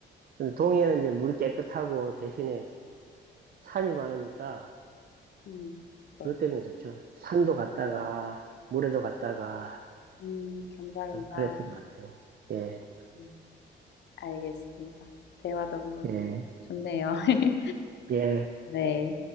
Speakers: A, on the right; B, on the left.
A: 근데 동해는 이제 물이 깨끗하고 대신에 산이 많으니까
B: 음. 네.
A: 그것 때문에 좋죠 산도 갔다가 물에도 갔다가
B: 음. 겸사겸사.
A: 그랬던 것 같아요. 예,
B: 음. 알겠습니다. 대화 너무
A: 예,
B: 좋네요. <laughs>
A: 예.
B: 네.